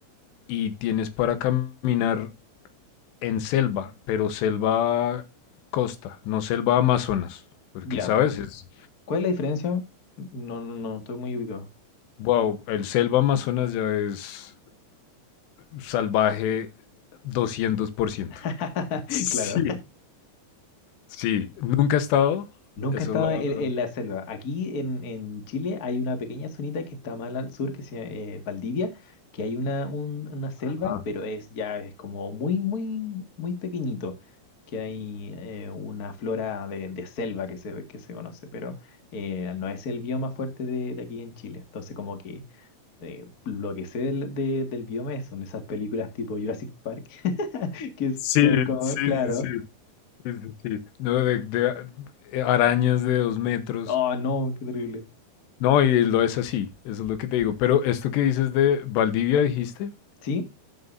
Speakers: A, on the left; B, on the left.
A: Y tienes para caminar en selva, pero selva costa, no selva Amazonas, porque,
B: Ya,
A: ¿sabes? Es
B: ¿Cuál es la diferencia? No, no, no, estoy muy ubicado.
A: Wow, el selva Amazonas ya es salvaje 200%.
B: <laughs>
A: Sí,
B: Claro.
A: Sí, nunca he estado.
B: Nunca
A: Eso
B: he estado
A: es la...
B: en, en la selva. Aquí en, en Chile hay una pequeña zonita que está más al sur, que se llama eh, Valdivia, que hay una, un- una selva,
A: Ajá.
B: pero es ya es como muy, muy, muy pequeñito, que hay eh, una flora de, de selva que se, que se conoce, pero eh, no es el bioma fuerte de, de aquí en Chile. Entonces, como que eh, lo que sé del, de- del bioma es- son esas películas tipo Jurassic Park, <laughs> que están
A: sí,
B: como,
A: sí,
B: claro,
A: sí, sí, sí, sí, sí. No, de, de a- eh, arañas de dos metros.
B: oh no, qué terrible.
A: No, y lo es así, eso es lo que te digo. Pero esto que dices de Valdivia, dijiste,
B: ¿Sí?